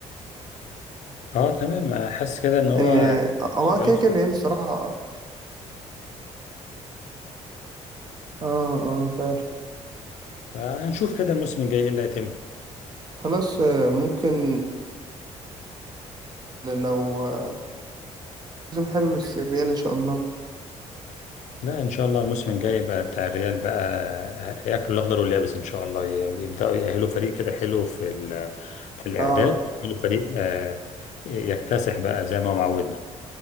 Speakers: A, on the left (about 70°); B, on the right (about 35°).
A: اه تمام حاسس كده ان هو
B: ان هو
A: شغال
B: كده كده
A: شوية
B: الريال
A: في الكورة.
B: الصراحه اه اه فعلا
A: فهنشوف كده الموسم الجاي ايه اللي هيتم
B: خلاص آه، ممكن لو آه، موسم حلو للريال ان شاء الله
A: لا ان شاء الله الموسم الجاي بقى بتاع الريال بقى هياكلوا الاخضر واليابس ان شاء الله يبداوا يأهلوا فريق كده حلو في ال- في الاعداد
B: اه
A: يأهلوا فريق آه، يكتسح بقى زي ما هو معودنا